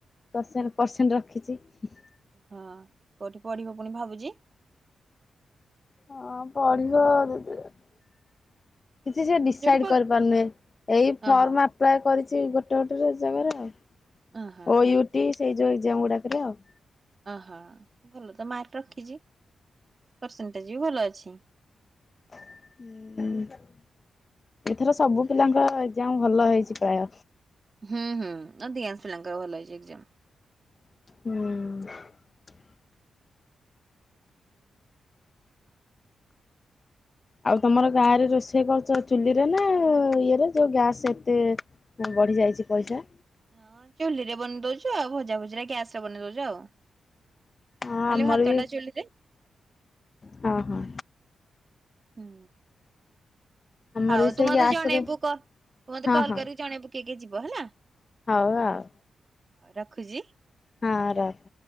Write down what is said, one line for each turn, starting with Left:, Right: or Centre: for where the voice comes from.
Left: ପରସେଣ୍ଟ୍ ପରସେଣ୍ଟ୍ ରଖିଛି ହୁଁହୁଁ।
Right: ହଁ କୋଉଠି ପଢିବ ପୁଣି ଭାବୁଛି?
Left: ହଁ ପଢିବ <inaudible> କିଛି ସେ ଡିସାଇଡ୍
Right: ଯୋଉଠି ପ
Left: କରିପାରୁନି ଏଇ ଫର୍ମ
Right: ଓହୋ
Left: ଆପ୍ଲାଏ କରିଛି ଗୋ <unintelligible> ଜାଗାରେ। ଓ
Right: ଓହୋ।
Left: ୟୁ ଟି ସେଇ ଯୋଉ ଏକ୍ଜାମଗୁଡା। <unintelligible>
Right: ଅହଅ। ଭଲ ତ ମାର୍କ ରଖିଛି। ପରସେଣ୍ଟେଜ୍ ବି ଭଲ ଅଛି।
Left: ହୁଁ ଉଁ ଉଁ ଏଥର ସବୁ ପିଲାଙ୍କ ଏକ୍ଜାମ ଭଲ ହେଇଛି ପ୍ରାୟ।
Right: ହୁଁ ହୁଁ ଅଧିକାଂଶ ପିଲାଙ୍କର ଭଲ ହେଇଛି ଏକ୍ଜାମ୍।
Left: ହୁଁ ଆଉ ତମର ଗାଁରେ ରୋଷେଇ କରୁଛ ଚୁଲିରେ ନା ଇଏରେ ଯୋଉ ଗ୍ୟାସ ଏତେ ବଢି ଯାଇଛି ପଇସା?
Right: ହଁ ଚୁଲିରେ ବନେଇ ଦଉଛୁ ଆଉ ଭଜାଭଜିରା ଗ୍ୟାସରେ ବନେଇ ଦଉଛୁ ଆଉ। ଖାଲି
Left: ହଁ ଆମର
Right: ଭା‌ତଟା
Left: ବି
Right: ଚୁଲିରେ।
Left: ହଁ ହଁ।
Right: ହୁଁ
Left: ଆମର
Right: ହଉ
Left: ବି ସେଇ
Right: ତୁମର
Left: ଗ୍ୟାସରେ
Right: ତ ଜଣେ ପୁକ, ତୁ ମତେ
Left: ହଁ
Right: କଲ୍
Left: ହଁ
Right: କରି ଜଣେଇବୁ। କିଏକିଏ ଯିବ ହେଲା।
Left: ହଉ ଆଉ।
Right: ହଉ ରଖୁଛି।
Left: ହଁ ରଖ୍।